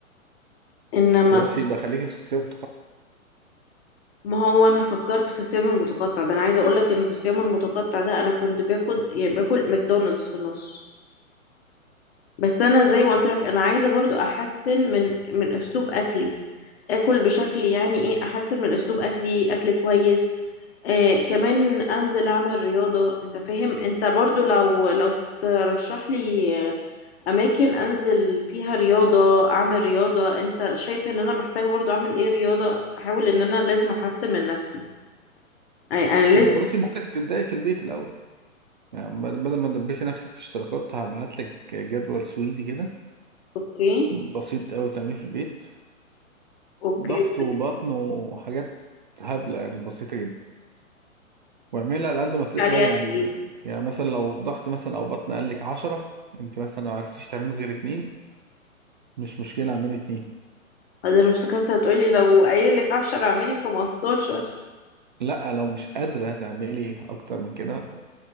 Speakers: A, on the left; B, on the right.
A: انما
B: خلاص يبقى خليكي في السيب
A: ما هو انا فكرت في الصيام المتقطع ده انا عايزه اقول لك ان في الصيام المتقطع ده انا كنت باخد يعني باكل ماكدونالدز في النص بس انا زي ما قلت لك انا عايزه برضو احسن من من اسلوب اكلي اكل بشكل يعني ايه احسن من اسلوب اكلي اكل كويس آه كمان انزل اعمل رياضه انت فاهم انت برضو لو لو ترشح لي اماكن انزل فيها رياضة اعمل رياضة انت شايف ان انا محتاجة برضو اعمل ايه رياضة احاول ان انا لازم احسن من نفسي يعني انا لازم
B: ما انت بصي ممكن تبداي في البيت الاول يعني بدل بدل ما تدبسي نفسك في اشتراكات هبعت لك جدول سويدي كده
A: اوكي
B: بسيط قوي تعمليه في البيت
A: اوكي
B: ضغط
A: قلت
B: وبطن وحاجات هبله يعني بسيطه جدا واعملها على قد ما تقدري
A: علي قد
B: يعني
A: ايه
B: يعني مثلا لو الضغط مثلا او بطن قال لك 10 انت مثلا ما عرفتيش تعملي غير اتنين مش مشكله اعملي اتنين
A: أه، ده انا افتكرت هتقولي لو قايل لك 10 اعملي 15
B: لا لو مش قادره تعملي اكتر من كده